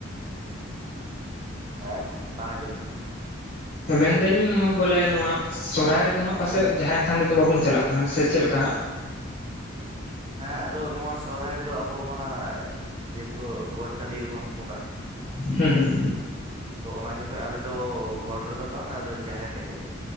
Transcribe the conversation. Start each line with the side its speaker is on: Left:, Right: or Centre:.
Right: ᱮᱸ ᱵᱟᱝ ᱟᱸᱡᱚᱢ ᱞᱮᱱᱟ
Left: ᱮᱸ ᱢᱮᱱᱫᱟᱹᱧ ᱵᱚᱞᱮ ᱱᱚᱣᱟ ᱥᱚᱦᱚᱨᱟᱭ ᱨᱮᱫᱚ ᱦᱟᱸᱜ ᱯᱟᱥᱮᱫ ᱡᱟᱦᱮᱨ ᱛᱷᱟᱱ ᱨᱮᱫᱚ ᱵᱟᱵᱚᱱ ᱪᱟᱞᱟᱜ ᱠᱟᱱᱟ ᱥᱮ ᱪᱮᱫ ᱞᱮᱠᱟ
Right: ᱦᱮᱸ ᱟᱫᱚ ᱱᱚᱣᱟ ᱥᱚᱦᱚᱨᱟᱭ ᱨᱮᱫᱚ ᱟᱵᱚ ᱢᱟ ᱡᱮᱦᱮᱛᱩ ᱜᱚᱴ ᱴᱟᱺᱰᱤ ᱨᱮᱵᱚᱱ ᱵᱚᱸ ᱵᱚᱸᱜᱟᱜ ᱠᱟᱱᱟ
Left: ᱦᱩᱸ ᱦᱩᱸ
Right: ᱛᱚ ᱚᱱᱟ ᱡᱚᱠᱷᱚᱱ ᱟᱞᱮᱫᱚ ᱜᱚᱴ ᱨᱮᱫᱚ ᱵᱟᱝ ᱟᱞᱮ ᱫᱚ ᱡᱟᱦᱮᱨ ᱨᱮᱜᱮ